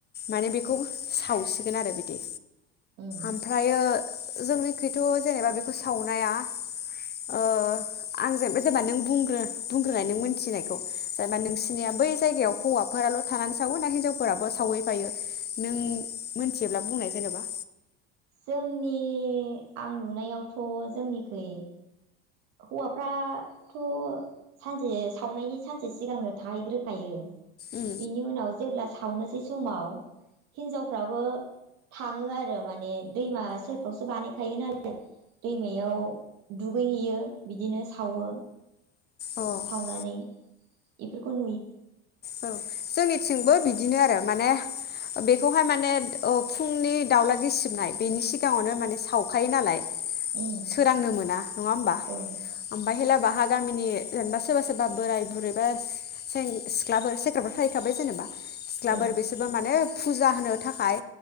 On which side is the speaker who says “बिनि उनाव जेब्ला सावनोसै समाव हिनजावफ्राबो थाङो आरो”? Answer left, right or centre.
Right